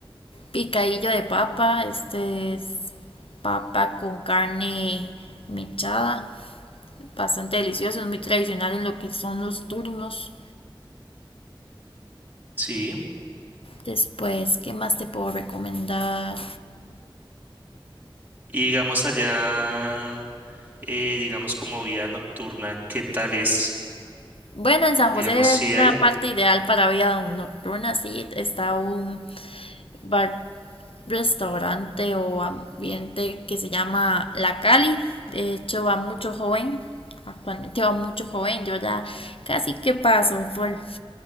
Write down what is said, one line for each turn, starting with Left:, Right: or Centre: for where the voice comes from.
Left: picadillo de papa, este es papa con carne mechada, bastante delicioso, es muy tradicional en lo que son los turnos.
Right: Sí.
Left: Después, ¿qué más te puedo recomendar?
Right: Y digamos allá, eh, digamos como vida nocturna, ¿qué tal es?
Left: Bueno, en San
Right: Digamos,
Left: José
Right: sí
Left: es la
Right: hay.
Left: parte ideal para vida nocturna, sí, está un bar, restaurante o ambiente que se llama La Cali. De hecho, va mucho joven, actualmente va mucho joven, yo ya casi que paso por